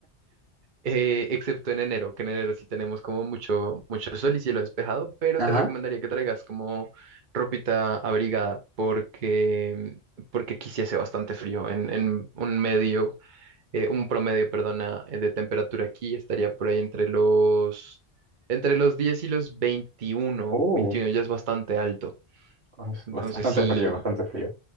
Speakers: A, on the right; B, on the right.
A: eh, excepto en enero, que en enero sí tenemos como mucho, mucho sol y cielo despejado, pero
B: ajá.
A: te recomendaría que traigas como ropita abrigada porque, porque aquí sí hace bastante frío. En, en un medio, eh, un promedio, perdona, eh, de temperatura aquí estaría por ahí entre los, entre los 10 y los veintiuno,
B: Uh,
A: 21 ya es bastante alto.
B: <laughs> pues,
A: Entonces
B: bast- bastante
A: sí,
B: frío, bastante frío.